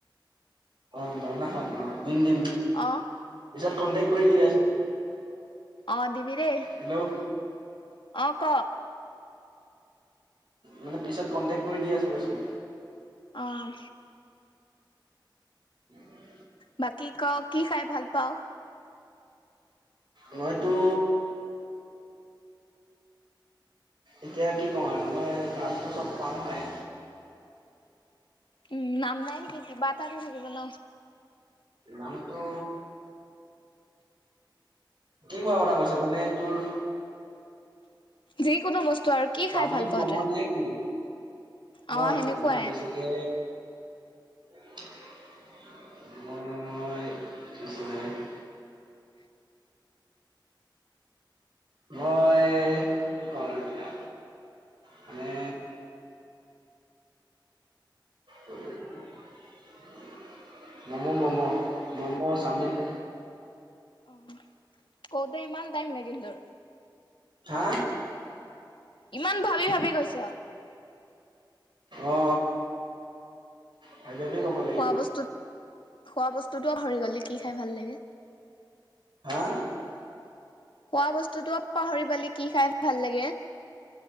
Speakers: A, on the right; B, on the left.
A: অ ঝৰ্ণাখন দিম দিম
B: আহ
A: পিছত কনটেক্ট কৰি দি আছো
B: অ দিবি দেই
A: হেল্ল'
B: অ ক
A: মানে পিছত কন্টেক্ট কৰি দি আছো কৈচো
B: আহ
A: <inaudible>
B: বাকী ক কি খাই ভাল পাৱ?
A: মইতো এতিয়া কি কম আৰু মই ভালটো চব পাওঁ খাই।
B: উম নাম নাই নেকি? কিবা এটাটো থাকিব ন।
A: নামটো কি খোৱা কথা কৈছ মানে তোৰ।
B: যিকোনো বস্তু আৰু কি
A: চাওমিন
B: খাই ভাল পাওঁ
A: মম'
B: তই
A: নে কি? মই,
B: অ সেনেকুৱাই
A: মই বেছিকে <unintelligible> মই <unintelligible> মই কি কওঁ আৰু এতিয়া। মানে উম <unintelligible> ম'ম' ম'ম', ম'ম' চাওমিন
B: অ কওঁতে ইমান টাইম লাগিল তোৰ?
A: হা
B: ইমান ভাবি ভাবি কৈছ?
A: অ, ভাবি ভাবি কব লাগিব।
B: খোৱা বস্তুত খোৱা বস্তুটোও পাহৰি গলি কি খাই ভাল লাগে।
A: হা
B: খোৱা বস্তুটোও পাহৰি পালি কি খাই ভাল লাগে।